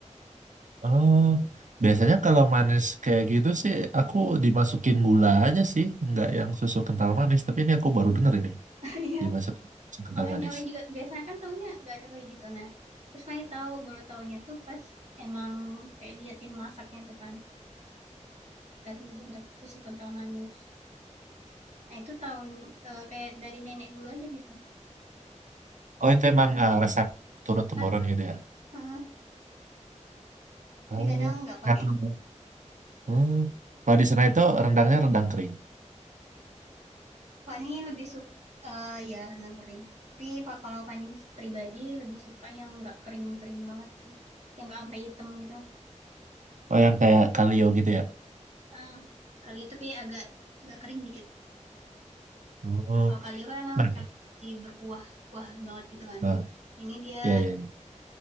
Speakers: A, on the right (about 80°); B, on the right (about 60°).
A: Oh, biasanya kalau manis kayak gitu sih aku dimasukin gula aja sih, nggak yang susu kental manis. Tapi ini aku baru denger ini
B: <laughs> Iya.
A: dimasukin susu kental
B: makanya
A: manis.
B: Maya juga biasanya kan taunya nggak ada kayak gitu nah terus Maya tahu baru taunya tuh pas emang kayak liatin masaknya tuh kan kasih susu susu kental manis nah itu tahun eh, kayak dari nenek dulu aja gitu
A: Oh itu emang eh, resep turun temurun
B: ah
A: gitu ya?
B: heeh. tapi
A: Oh,
B: kadang nggak
A: nggak
B: pakai
A: tahu.
B: itu
A: Hmm. Kalau di sana itu rendangnya rendang kering.
B: Fani lebih suka ya renang kering tapi Pak kalau Fani pribadi lebih suka yang nggak kering-kering banget sih yang nggak sampai hitam gitu
A: Oh yang kayak kalio gitu ya?
B: ah, kali itu kayak agak agak kering dikit.
A: Oh,
B: Kalau kalio kan emang
A: nah,
B: kayak masih berkuah kuah banget gitu kan.
A: nah,
B: Ini dia
A: ya ya. ya.